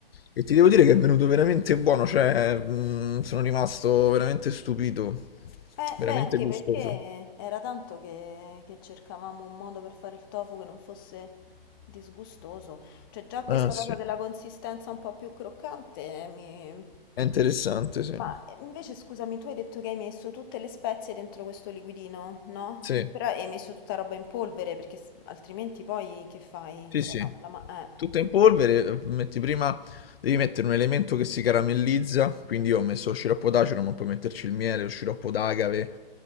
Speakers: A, on the left (about 75°); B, on the left (about 25°).
A: E ti devo dire che è venuto veramente buono, cioè, mm, sono rimasto veramente stupito,
B: Eh,
A: veramente
B: beh, anche
A: gustoso.
B: perché era tanto che, che cercavamo un modo per fare il tofu che non fosse disgustoso. Cioè, già questa
A: Ah, sì.
B: cosa della consistenza un po' più croccante mi...
A: È interessante, sì.
B: Ma eh, invece, scusami, tu hai detto che hai messo tutte le spezie dentro questo liquidino, no?
A: Sì,
B: Però hai messo tutta roba in polvere, perché s- altrimenti poi che fai?
A: sì,
B: Cioè,
A: sì.
B: la, la ma- eh.
A: Tutto in polvere, metti prima, devi mettere un elemento che si caramellizza, quindi io ho messo lo sciroppo d'acero, ma puoi metterci il miele, lo sciroppo d'agave.